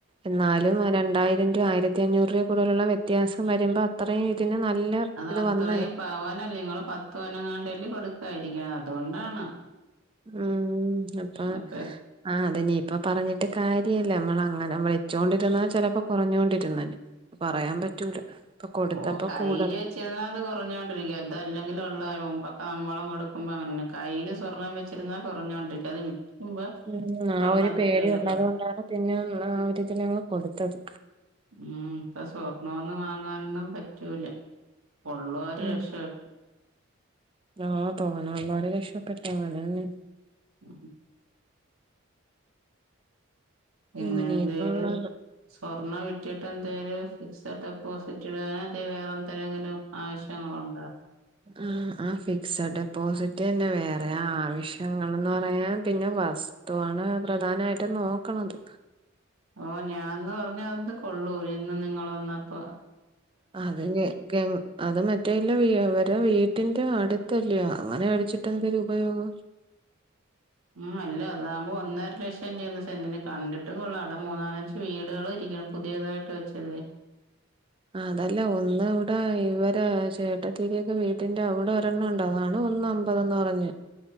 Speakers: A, on the right; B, on the right.
A: എന്നാലും രണ്ടായിരം രൂ ആയിരത്തി അഞ്ഞൂറ് രൂപ കൂടുലുള്ള വ്യത്യാസം വരുമ്പോ അത്രയും ഇതിന് നല്ല
B: അത്
A: ഇത്
B: അത്രയും
A: വന്നന്
B: പവനല്ലങ്ങള് പത്ത് പനങ്ങാണ്ടല്ലല് കൊടുക്കായിരിക്കണം അതുകൊണ്ടാണ്
A: ഉം അപ്പാ
B: അപ്പ
A: ആഹ് അതെ നീ ഇപ്പ പറഞ്ഞിട്ട് കാര്യമല്ലേ നമ്മള അങ്ങനെ നമ്മ വെച്ചുകൊണ്ടിരുന്ന ചിലപ്പോ കുറഞ്ഞോൊണ്ടിരുന്ന പറയാൻ പറ്റൂല ഇപ്പൊ കൊടുത്തപ്പോ
B: ഓ കയ്യില്
A: കൂടണം
B: ചിരുന്ന അത് കുറഞ്ഞുക കൊണ്ടിരിക്കും അത അല്ലെങ്കിലും ഉള്ള മുമ്പൊക്കെ നമ്മളും കൊടുക്കുമ്പോ അങ്ങനെ കയ്ൽ സ്വർണ്ണം വച്ചിരുന്ന കുറഞ്ഞോണ്ടിരിക്ക അത് വിൽക്കുമ്പോ
A: ഉം
B: സ്വർണ്ണത്തിന്റെ
A: ആ ഒരു പേടി
B: വല്ല
A: ഉള്ളത് കൊണ്ടാണ് പിന്നെ ആരി ഇതിൽ ഞങ്ങൾ കൊടുത്തത്
B: ഉം ഇപ്പ സ്വർണൊന്നും വാങ്ങാനൊന്നും പറ്റൂല പള്ളവര്
A: ഉം
B: രക്ഷപ്പെട്ട
A: ആഹ് തോന്ന വരെ രക്ഷപ്പെട്ട അവനെ
B: ഉ പിന്നെ
A: അങ്ങനെയൊക്കെ
B: എന്തര്
A: ഉള്ളത്
B: സ്വർണ്ണ വി കിട്ട് എന്ത ഒരു ഫിക്സ്ഡ് ഡെപ്പോസിറ്റ് ഇടൻ അതി വേറെ എന്തെെങ്കിലും ആവശ്യങ്ങളുണ്ട
A: ആഹ് ആ ഫിക്സ്ഡ് ഡെപ്പോസിറ്റ് തന്നെ വേറെ ആവശ്യങ്ങൾന്ന് പറയാൻ പിന്നെ എണ് പ്രധാനമായിട്ട് നോക്കണത്
B: ഓ ഞാാനന്ന് പറഞ്ഞ അതന്ത് കൊള്ളൂര് ഇന്ന് നിങ്ങ വന്നപ്പ
A: അതെ <unintelligible> അത് മറ്റേല്ല വരെ വീട്ടിന്റെ അടുത്തല്ലയോ അങ്ങനെ മേടിച്ചിട്ട് എന്തേങ്കിലും ഉപയോഗം
B: ഉം അല്ല അതാകുമ്പോ ഒന്നര ലക്ഷംന്റെന്നന്ന് സെന്റിന് കണ്ടിട്ടും കൊള്ള അവിടെ മൂന്നാലം വീടുകൾ ഇരിക്കണം പുതിയതായിട്ട് വെച്ചത്
A: അതല്ലേ ഒന്ന് ഇവിടെ ഇവര് ചേട്ടത്തിീരിൊക്കെ വീട്ടിന്റെ അവിടെ ഒരെണ്ണം ഉണ്ട അതാണ് ഒന്ന് തന്ന് പറഞ്ഞഞ്